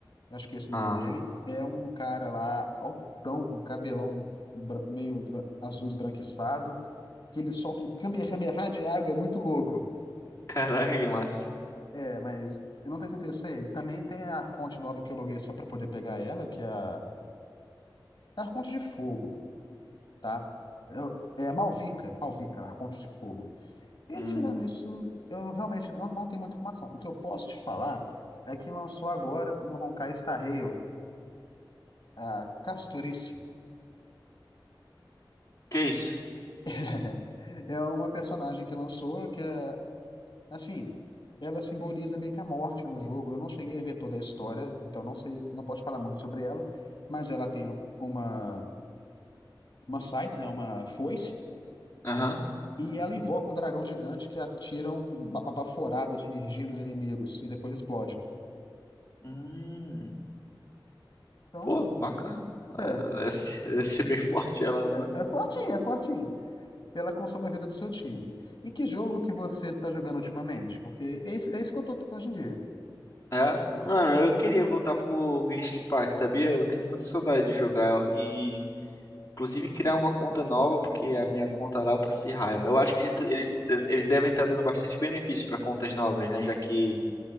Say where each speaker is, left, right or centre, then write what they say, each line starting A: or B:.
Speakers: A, on the left (about 55°); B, on the left (about 30°).
A: acho que é esse o
B: Ah,
A: nome dele, é um cara lá altão, com cabelão bra- meio bra- azul esbranquiçado, que ele solta um kamehameha de água, é muito louco.
B: <laughs> caraca, que massa.
A: É, mas eu não tenho certeza se é ele. Também tem a Arconte nova que eu loguei só pra poder pegar ela, que é a é a Arconte de Fogo, tá? Eu- É a Malvika, Malvika, Arconte de Fogo. E
B: Hum,
A: tirando isso, eu realmente eu não tenho muita informação. O que eu posso te falar é que lançou agora no Honkai Star Rail a Casturice.
B: que isso?
A: <laughs> É uma personagem que lançou que é, assim, ela simboliza meio que a morte no jogo. Eu não cheguei a ver toda a história, então não sei, não posso falar muito sobre ela, mas ela tem uma uma scythe, né, uma foice,
B: Aham.
A: e ela invoca um dragão gigante que atira um- uma baforada de energia nos inimigos e depois explode.
B: Hum,
A: Então,
B: pô, bacana. É,
A: é.
B: Deve ser, deve ser bem <laughs> forte ela, né?
A: É é fortinho, é fortinho. ela consome a vida do seu time. E que jogo que você está jogando ultimamente? Porque é isso, é isso que eu tô hoje em dia.
B: É, mano, eu queria voltar pro Genshin Impact, sabia? Eu tenho muita saudade de jogar e Inclusive criar uma conta nova, porque a minha conta lá eu passei raiva. Eu acho que eles, eles devem estar dando bastante benefício para contas novas, né? Já que